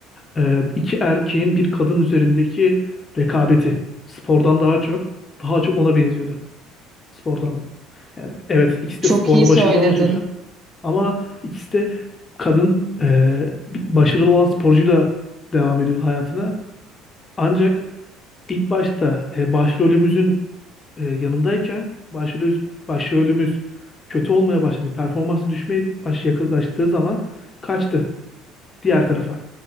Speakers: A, on the left (about 30°); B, on the right (about 40°).
A: e, iki erkeğin bir kadın üzerindeki rekabeti spordan daha çok daha çok ona benziyordu spordan. Yani evet ikisi
B: Çok
A: de sporda
B: iyi söyledin.
A: başarılı olmuş olsa ama ikisi de kadın e, bir- başarılı olan sporcuyla devam ediyordu hayatına. Ancak ilk başta e, başrolümüzün e, yanındayken başrolümüz, başrolümüz kötü olmaya başladı. Performansı düşmeye baş yaklaştığı zaman kaçtı diğer tarafa.